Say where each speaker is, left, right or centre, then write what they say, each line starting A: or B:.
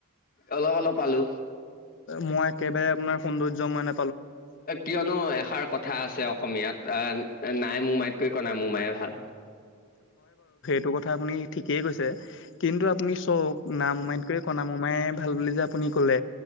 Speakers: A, on the left; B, on the left.
A: অলপ অলপ পালো
B: মই একেবাৰে আপোনাৰ সৌন্দৰ্য মানে,
A: কিয়নো, এষাৰ কথা আছে অসমীয়াত আহ নাই মোৰ মাইতকৈ কনাম মোমায়ে ভাল।
B: তু কথা আপুনি ঠিকেই কৈছে, কিন্তু আপুনি চওব নাম মেতকয়ি কনা মোমায়ে ভাল বুলি যে আপুনি কলে